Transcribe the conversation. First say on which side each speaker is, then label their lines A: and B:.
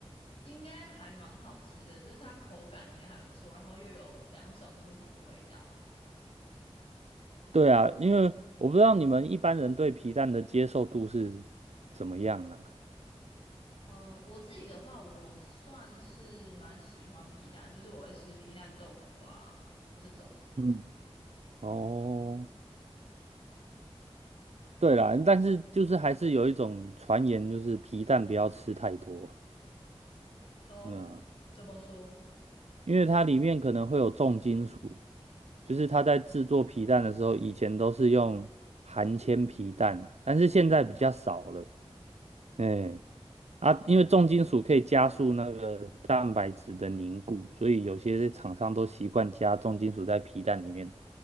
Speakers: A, on the left; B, on the right.
A: 应该还蛮好吃的，就是它口感应该还不错，然后又有两种不同的味道。
B: 对啊，因为我不知道你们一般人对皮蛋的接受度是怎么样啦。
A: 哦，我自己的话，我算是蛮喜欢皮蛋，就是我会吃皮蛋豆腐啊这种的。
B: 嗯，哦，对啦，但是就是还是有一种传言，就是皮蛋不要吃太多。
A: 哦，
B: 嗯，
A: 怎么说？
B: 因为它里面可能会有重金属，就是它在制作皮蛋的时候，以前都是用含铅皮蛋，但是现在比较少了。哎，啊，因为重金属可以加速那个蛋白质的凝固，所以有些厂商都习惯加重金属在皮蛋里面。